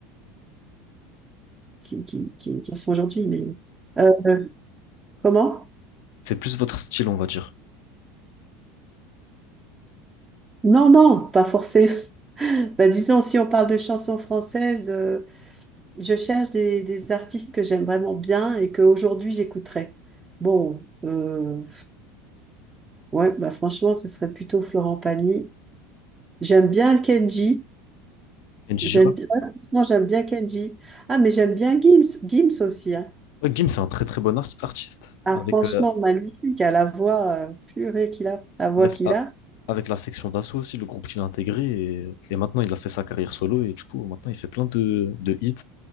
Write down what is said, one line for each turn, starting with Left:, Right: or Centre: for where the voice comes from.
Right: qui, qui, qui, qui sont aujourd'hui. Mais euh, comment?
Left: C'est plus votre style, on va dire.
Right: Non, non, pas forcément. <laughs> Bah, disons, si on parle de chansons françaises, euh, je cherche des, des artistes que j'aime vraiment bien et qu'aujourd'hui j'écouterais. Bon, euh, ouais, bah franchement, ce serait plutôt Florent Pagny. J'aime bien Kenji.
Left: Kenji
Right: J'aime bien, ouais, franchement, j'aime bien Kenji. Ah, mais j'aime bien Gims, Gims aussi. hein.
Left: Ouais, Gims, c'est un très très bon ars- artiste.
Right: Ah,
Left: Avec,
Right: franchement,
Left: euh,
Right: magnifique. À la voix euh, purée qu'il a, la voix
Left: avec,
Right: qu'il
Left: ah,
Right: a.
Left: avec la section d'assaut aussi, le groupe qu'il a intégré. Et, et maintenant, il a fait sa carrière solo. Et du coup, maintenant, il fait plein de, de hits.